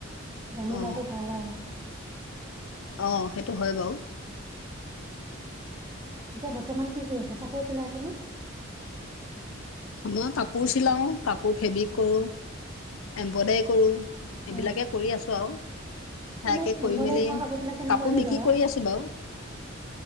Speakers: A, on the right; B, on the left.
A: জানি
B: অ।
A: লোৱাটো ভাল আৰু।
B: অ, সেইটো হয় বাৰু।
A: এতিয়া বৰ্তমান কি কৰি আছে, কাপোৰে চিলাই আছে নে?
B: মই কাপোৰ চিলাও, কাপোৰ ফেব্ৰিক কৰোঁ। এমব্ৰইডাৰী কৰোঁ, এইবিলাকে
A: অ
B: কৰি আছো আৰু। সেয়াকে
A: এনে
B: কৰি
A: এম্ব্ৰইডাৰী
B: মেলি,
A: কৰা কাপোৰবিলাক কেনেকুৱাকে
B: কাপোৰ বিক্ৰী
A: লয়
B: কৰি আছো বাৰু।